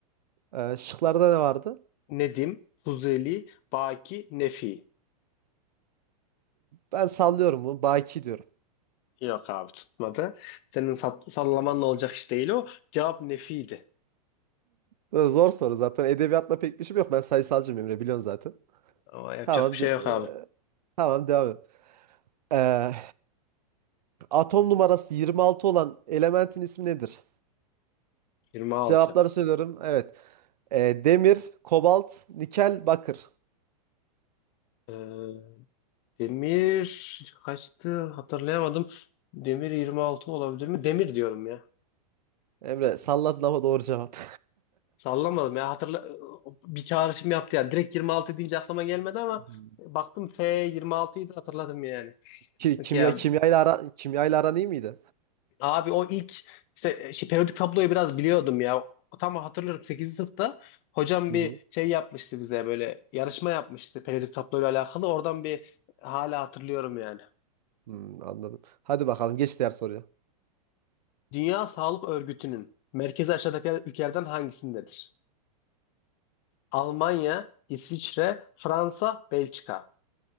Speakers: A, on the right (about 85°); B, on the left (about 30°).
A: Ee, şıklarda ne vardı?
B: Nedim, Fuzuli, Baki, Nefi.
A: Ben sallıyorum bunu. Baki diyorum.
B: Yok abi tutmadı. Senin sa- sallamanla olacak iş değil o. Cevap Nefi'ydi.
A: Ee, Zor soru zaten. Edebiyatla pek bir şeyim yok. Ben sayısalcıyım Emre biliyorsun zaten.
B: Ama yapacak
A: Tamam.
B: bir şey
A: de- e,
B: yok abi.
A: tamam devam et. Ee, atom numarası 26 olan elementin ismi nedir?
B: 26.
A: Cevapları söylüyorum. Evet. Ee, demir, kobalt, nikel, bakır.
B: Ee, Demir kaçtı hatırlayamadım. Demir 26 olabilir mi? Demir diyorum ya.
A: Emre salladın ama doğru cevap.
B: Sallamadım ya hatırla bir çağrışım yaptı yani. Direkt 26 deyince aklıma gelmedi ama
A: <laughs>
B: baktım F 26'yı da hatırladım yani.
A: Ki,
B: Peki
A: kimya
B: ya
A: kimyayla ara kimyayla aran iyi miydi?
B: abi o ilk işte, şey, periyodik tabloyu biraz biliyordum ya. Tam hatırlıyorum 8. sınıfta hocam
A: Hı
B: bir
A: hı.
B: şey yapmıştı bize böyle yarışma yapmıştı periyodik tabloyla alakalı. Oradan bir hala hatırlıyorum yani.
A: Hmm, anladım. Hadi bakalım geç diğer soruya.
B: Dünya Sağlık Örgütü'nün merkezi aşağıdaki ülkelerden hangisindedir? Almanya, İsviçre, Fransa, Belçika.